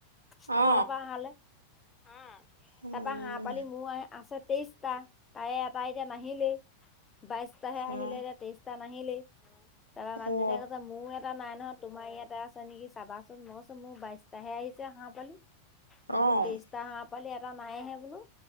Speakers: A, on the left (about 20°); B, on the right (about 80°).
A: ক
B: অ
A: ফাল পা হেৰালে উম
B: উম
A: তাপা পৰা হাঁহ পোৱালি মোৰ আছে তেইশ। টা তাৰে এটা এতিয়া নাহিলেই বাইশটাহে আহিলে
B: অ
A: এতিয়া তেইশটা। নাহিলেই হয় তাপা মানুহজনীয়ে
B: অ
A: কৈছে মোৰ এটা নাই নহয় তোমাৰ ইয়াত। তাতে আছে নেকি চাবাচোন মই কৈছো মোৰ বাইশটাহে আহিছে হাঁহ পোৱালি
B: অ
A: মোৰ তেইশটা হাঁ। পোৱালি এটা নাই হে বোলোঁ।